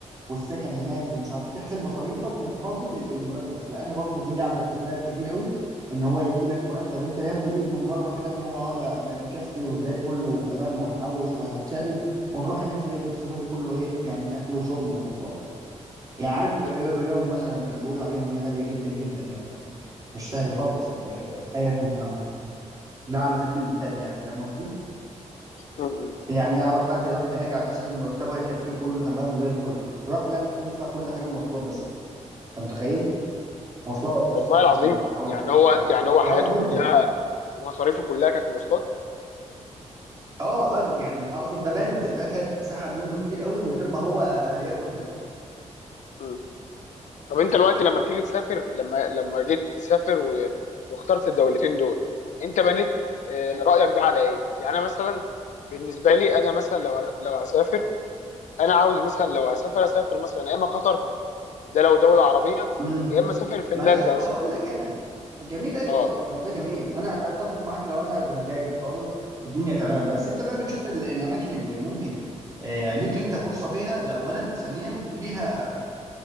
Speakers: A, on the right; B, on the left.
A: والسكن هناك ومش عارف تحسب مصاريفك مقابل ال- المرتب لان برضو دي لعبه بتتلعب كتير قوي ان هو يدي لك مرتب انت يبدو ليك من بره كده ان هو اه ده ده مكفي وزي الفل وتمام وهحوش وهشقلب وتروح هناك تلاقيك بتصرفه كله ايه يعني اكل وشرب ومواصلات يعني عارف إيه
B: م-
A: الرياض مثلا كانوا بيقولوا عليها ان هي غاليه جدا جدا يعني مش سهل خالص ال- الحياه في مثلا ده على سبيل المثال يعني فاهم قصدي؟
B: م- م.
A: يعني اعرف حد راح هناك على اساس ان مرتبه هيكفيه كله تمام وزي الفل راح لقى نفسه بيدفع كل حاجه مواصلات بس انت متخيل؟ مواصلات بس
B: والله
A: وزحمه
B: العظيم
A: وقرف
B: يعني
A: وبتاع
B: هو يعني هو حياته
A: اه جدا
B: كلها مصاريفه كلها كانت مواصلات
A: اه اغلى يعني اقصد ده بند اخد سحب منه كتير قوي من غير ما هو ياخد باله
B: م. طب انت دلوقتي لما بتيجي تسافر لما لما جيت تسافر و... واخترت الدولتين دول انت بنيت آه، رأيك ده على ايه يعني انا مثلا بالنسبه لي انا مثلا لو ه- لو هسافر انا عاوز مثلا لو هسافر اسافر مثلا يا اما قطر ده لو دولة عربية
A: امم
B: يا اما اسافر فنلندا
A: ما لا
B: مثلا
A: هقول لك انا جميل ايوه
B: اه
A: صح ما ده جميل انا اتفق معاك لو انا بمزاجي خالص والدنيا تمام بس انت بقى بتشوف ال- الاماكن اللي ممكن آه، ليك انت فرصه فيها ده اولا ثانيا ليها